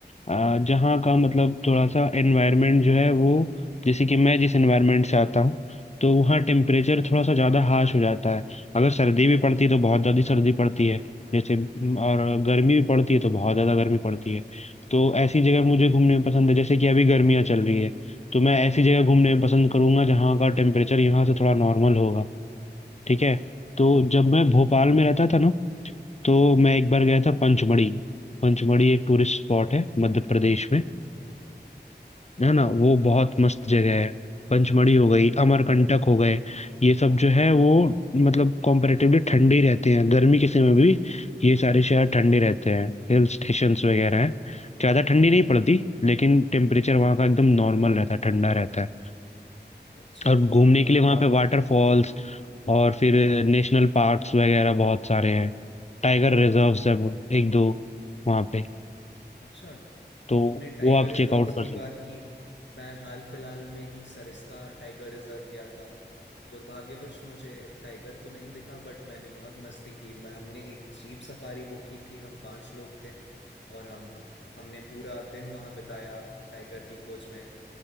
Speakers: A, on the left; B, on the left.
A: आ, जहाँ का मतलब थोड़ा सा एनवायरनमेंट जो है वो जैसे कि मैं जिस एनवायरनमेंट से आता हूँ तो वहाँ टेम्परेचर थोड़ा सा ज़्यादा हार्श हो जाता है अगर सर्दी भी पड़ती है तो बहुत ज़्यादा सर्दी पड़ती है जैसे म, और गर्मी भी पड़ती है तो बहुत ज़्यादा गर्मी पड़ती है तो ऐसी जगह मुझे घूमने में पसंद है जैसे कि अभी गर्मियाँ चल रही है तो मैं ऐसी जगह घूमने में पसंद करूंगा जहाँ का टेम्परेचर यहाँ से थोड़ा नॉर्मल होगा
B: हम्म
A: ठीक है तो जब मैं भोपाल में रहता था ना तो मैं एक बार गया था पंचमढ़ी पंचमढ़ी एक टूरिस्ट स्पॉट है मध्य प्रदेश में
B: हम्म हम्म
A: है ना वो बहुत
B: हम्म
A: मस्त जगह है पंचमढ़ी
B: अच्छा
A: हो
B: हम्म
A: गई अमरकंटक हो गए ये सब जो है वो मतलब कॉम्परेटिवली ठंडे ही रहते हैं गर्मी के समय में भी ये सारे शहर ठंडे रहते हैं हिल स्टेशंस वगैरह हैं
B: हम्म
A: ज़्यादा ठंडी नहीं पड़ती लेकिन टेम्परेचर वहाँ का एकदम नॉर्मल रहता है ठंडा रहता है
B: अच्छा
A: और घूमने के लिए वहाँ पे हाँ वाटरफॉल्स और फिर नेशनल पार्क्स वगैरह बहुत सारे हैं टाइगर रिजर्व्स है वो- एक दो वहाँ पे
B: अच्छा
A: तो
B: तुमने टाइगर
A: वो आप
B: रिजर्व्स
A: चेकआउट
B: की
A: कर सकते
B: बात की मैं हाल फिलहाल में ही सरिस्का टाइगर रिजर्व गया था दुर्भाग्यवश मुझे टाइगर तो नहीं दिखा बट मैंने बहुत मस्ती की मैं हमने एक जीप सफारी बुक की थी हम पांच लोग थे और हम हमने पूरा दिन वहां बिताया टाइगर की खोज में